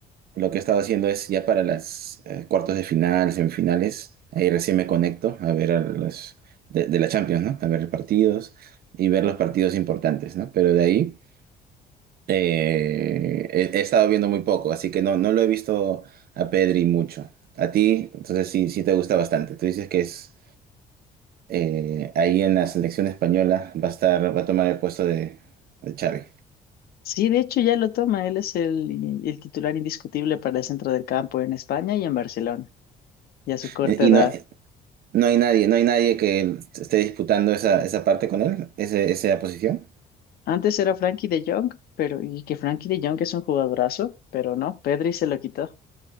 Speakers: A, on the right (about 65°); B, on the left (about 65°).
A: lo que he estado haciendo es ya para las eh, cuartos de final, semifinales. Ahí recién me conecto a ver a los de, de la Champions, ¿no? A ver partidos y ver los partidos importantes, ¿no? Pero de ahí... Eh, he, he estado viendo muy poco, así que no, no lo he visto a Pedri mucho. A ti, entonces sí, sí te gusta bastante. Tú dices que es eh, ahí en la selección española va a estar, va a tomar el puesto de, de Xavi.
B: Sí, de hecho ya lo toma. Él es el, el titular indiscutible para el centro del campo en España y en Barcelona, y a su corta
A: Eh, Y
B: edad.
A: no, no hay nadie, no hay nadie que esté disputando esa, esa parte con él, ese- esa posición.
B: Antes era Frankie de Jong, pero y que Frankie de Jong es un jugadorazo, pero no, Pedri se lo quitó.